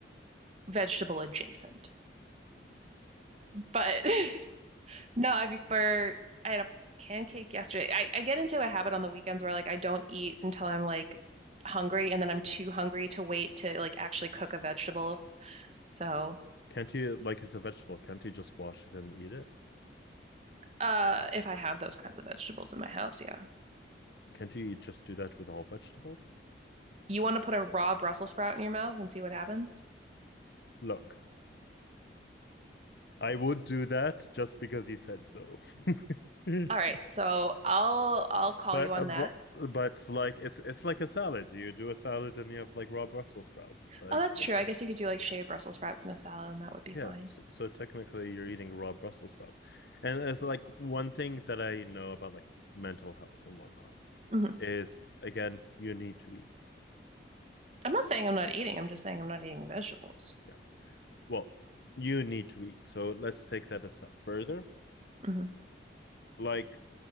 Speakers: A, on the right; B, on the left.
A: vegetable adjacent, but <laughs> no, I prefer. I had a pancake yesterday. I, I get into a habit on the weekends where like I don't eat until I'm like hungry, and then I'm too hungry to wait to like actually cook a vegetable. So,
B: Can't you like it's a vegetable? Can't you just wash it and eat it?
A: uh, if I had those kinds of vegetables in my house, yeah.
B: Can't you just do that with all vegetables?
A: You want to put a raw Brussels sprout in your mouth and see what happens?
B: Look, I would do that just because you said so. <laughs>
A: All right, so I'll I'll call
B: but
A: you on
B: uh, but
A: that.
B: but like it's it's like a salad. You do a salad and you have like raw Brussels sprouts. I
A: Oh, that's
B: I
A: true.
B: guess.
A: I guess you could do like shaved Brussels sprouts in a salad, and that would be
B: Yeah,
A: fine.
B: so, so technically you're eating raw Brussels sprouts. And it's like one thing that I know about like mental health and whatnot
A: hmm
B: is again, you need to eat.
A: I'm not saying I'm not eating. I'm just saying I'm not eating vegetables.
B: Yes. Well, you need to eat. So let's take that a step further.
A: hmm
B: Like,